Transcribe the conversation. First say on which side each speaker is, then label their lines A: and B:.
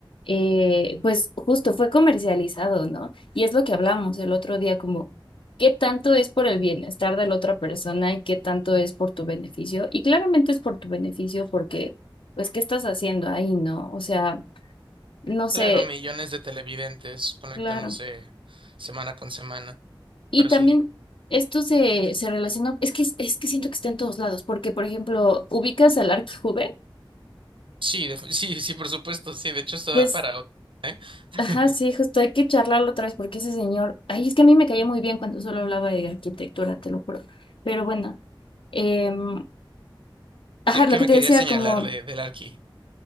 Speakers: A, on the left; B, on the right.
A: eh, pues justo fue comercializado, ¿no? Y es lo que hablamos el otro día, como qué tanto es por el bienestar de la otra persona y qué tanto es por tu beneficio. Y claramente es por tu beneficio porque, pues, ¿qué estás haciendo ahí, no? O sea, no sé,
B: Claro, millones de televidentes conectándose
A: claro.
B: semana con semana,
A: Y
B: pero
A: también
B: sigue.
A: esto se, se relacionó es que, es que siento que está en todos lados, porque, por ejemplo, ubicas al Arquijube,
B: Sí, def- <laughs> sí, sí, por supuesto, sí, de hecho esto
A: pues
B: da para... otro. <laughs>
A: Ajá, sí, justo hay que charlarlo otra vez porque ese señor, ay, es que a mí me caía muy bien cuando solo hablaba de arquitectura, te lo juro. Pero bueno, em, ajá,
B: ¿Qué, qué
A: lo que
B: me
A: te
B: quería
A: decía,
B: señalar
A: como
B: de, del Arqui?